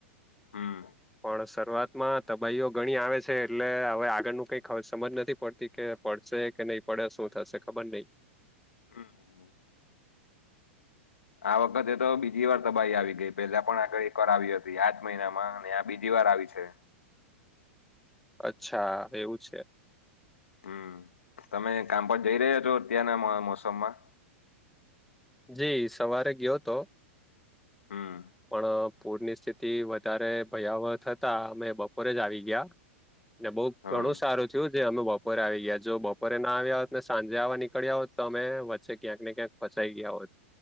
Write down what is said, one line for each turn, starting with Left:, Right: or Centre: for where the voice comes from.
Left: હમ્મ
Centre: પણ શરૂઆતમાં તબાહીઓ ઘણી આવે છે એટલે હવે આગળ નુ કઈ સમજ નથી પડતી કે પડશે કે નહી પડે શું થશે ખબર નહી
Left: હમ્મ
Centre: <inaudible>
Left: આ વખતે તો બીજી વાર તબાહી આવી ગઈ પેલા પણ આગળ કરાવી હતી આજ મહિનામાં અને બીજી વાર આવી છે
Centre: અચ્છા એવું છે
Left: હમ્મ તમે કામ પર જઈ રહ્યા છો અત્યારના મોસમમાં
Centre: જી સવારે ગયો હતો
Left: હમ
Centre: પણ પૂરની સ્થિતિ વધારે ભયાવહ થતા અમે બપોરે જ આવી ગયા ને બહુ
Left: હમ
Centre: ઘણું સારું થયું જે અમે બપોરે આવી ગયા જો બપોરે ના આવ્યા હોત ને સાંજે આવા નીકળ્યા હોત તો અ વચ્ચે ક્યાંક ને ક્યાંક ફસા ફસાઈ ગયા હોત